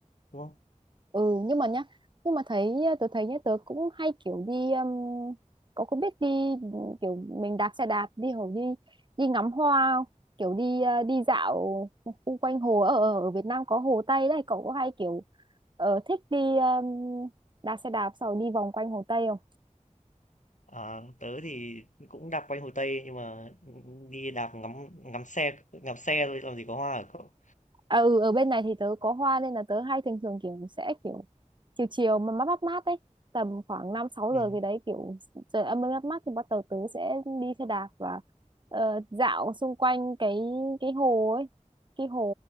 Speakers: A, on the left; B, on the right.
A: đúng không?
B: ừ nhưng mà nhá nhưng mà thấy ờ, tớ thấy nhá tớ cũng hay kiểu đi um, có có biết đi kiểu mình đạp xe đạp đi hồ đi đi ngắm hoa không? kiểu đi ờ, đi dạo xung quanh hồ ở ở ở Việt Nam có Hồ Tây đấy cậu có hay kiểu ờ, thích đi um, đạp xe đạp sau đi vòng quanh Hồ Tây không
A: Ờ, tớ thì cũng đạp quanh Hồ Tây nhưng mà đi đạp ngắm ngắm xe ngắm xe thôi làm gì có hoa ở cậu.
B: à, ừ, ở bên này thì tớ có hoa nên là tớ hay thường thường kiểu sẽ kiểu chiều chiều mà mát mát mát đấy tầm khoảng 5 sáu
A: Ừ.
B: giờ gì đấy kiểu trời âm mát mát thì bắt đầu tớ sẽ đi xe đạp và ờ, dạo xung quanh cái cái hồ ấy cái hồ